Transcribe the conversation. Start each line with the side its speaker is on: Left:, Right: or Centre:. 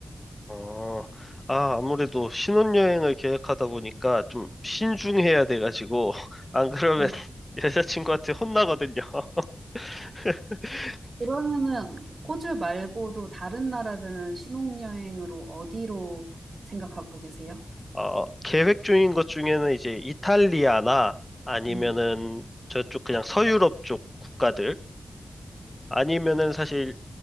Left: 어, 아, 아무래도 신혼여행을 계획하다 보니까 좀 신중해야 돼가지고, <laughs> 안 그러면
Right: 네.
Left: <laughs> 여자친구한테 혼나거든요. <laughs>
Right: 그러면은 호주 말고도 다른 나라들은 신혼여행으로 어디로 생각하고 계세요?
Left: 어, 계획 중인 것 중에는 이제 이탈리아나 아니면은
Right: 음.
Left: 저쪽 그냥 서유럽 쪽 국가들 아니면은 사실